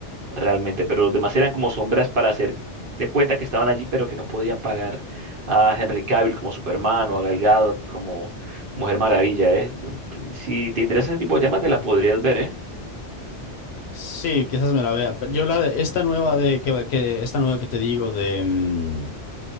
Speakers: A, on the right (about 55°); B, on the left (about 65°).
A: realmente. Pero los demás eran como sombras para hacer de cuenta que estaban allí, pero que no podían pagar a Henry Cavill como Superman o a Gal Gadot como Mujer Maravilla, ¿eh? Pues, Si te interesa ese tipo de temas, te la
B: Ujú.
A: podrías ver, ¿eh?
B: Sí, quizás me la vea. pero Yo la de esta nueva de que, que- esta nueva que te digo de, mm,